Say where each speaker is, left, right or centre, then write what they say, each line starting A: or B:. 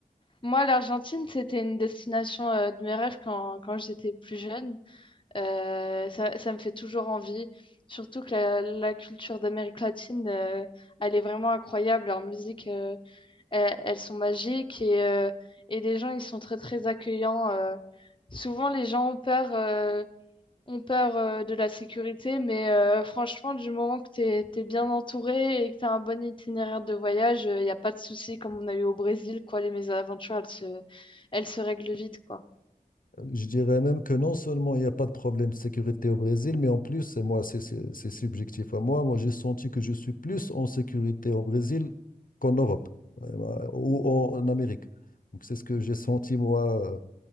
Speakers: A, on the left; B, on the left.
A: moi l'Argentine, c'était une destination euh, de mes rêves quand, quand j'étais plus jeune. Euh, ça, ça me fait toujours envie. Surtout que la, la culture d'Amérique latine, euh, elle est vraiment incroyable. Leur musique, euh, elles, elles sont magiques et, euh, et les gens, ils sont très, très accueillants. euh. Souvent, les gens ont peur, euh, ont peur euh, de la sécurité, mais euh, franchement, du moment que t'es t'es bien entouré et que t'as un bon itinéraire de voyage, il n'y a pas de souci comme on a eu au Brésil, quoi. Les mésaventures, elles se, elles se règlent vite, quoi.
B: Je dirais même que non seulement il n'y a pas de problème de sécurité au Brésil, mais en plus, et moi, c'est c'est- c'est subjectif à moi, moi j'ai senti que je suis plus en sécurité au Brésil qu'en Europe euh, ou en, en Amérique. Donc c'est ce que j'ai senti moi